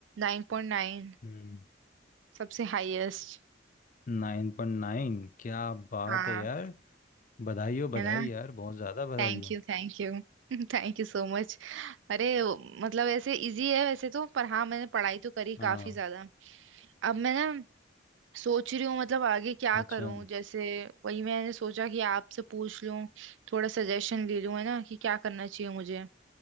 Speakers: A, on the right; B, on the left.
A: नाइन पॉइंट नाइन
B: हम्म
A: सबसे हाईएस्ट
B: नाइन पॉइंट नाइन क्या बात
A: हाँ
B: है यार बधाई हो बधाई
A: है ना
B: यार बहुत ज़्यादा बधाई
A: Thank
B: हो
A: you thank you thank you so much <laughs> अरे मतलब ऐसे इजी है वैसे तो पर हाँ मैंने पढ़ाई तो करी
B: हाँ
A: काफी ज्यादा अब मैं ना सोच रही हूँ मतलब आगे क्या
B: अच्छा
A: करूँ जैसे वही मैंने सोचा कि आपसे पूछ लूँ थोड़ा सजेशन ले लूँ है ना कि क्या करना चाहिए मुझे